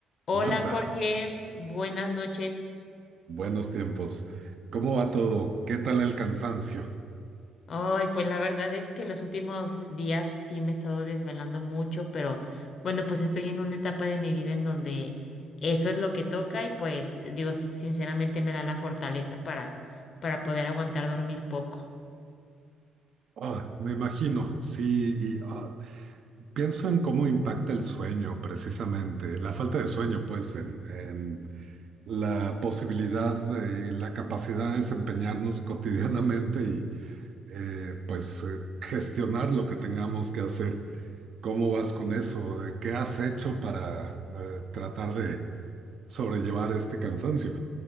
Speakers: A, on the left; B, on the right.
A: Hola
B: Marta,
A: Jorge, buenas noches.
B: buenos tiempos. ¿Cómo va todo? ¿Qué tal el cansancio?
A: Ay, pues la verdad es que en los últimos días sí me he estado desvelando mucho, pero bueno, pues estoy en una etapa de mi vida en donde eso es lo que toca y pues Dios sinceramente me da la fortaleza para para poder aguantar dormir poco.
B: Ah, me imagino, sí, y ah, pienso en cómo impacta el sueño, precisamente, la falta de sueño, pues, en, en la posibilidad de- y la capacidad de desempeñarnos <laughs> cotidianamente y, eh, pues, eh, gestionar lo que tengamos que hacer. ¿Cómo vas con eso? Eh, ¿Qué has hecho para eh, tratar de sobrellevar este cansancio?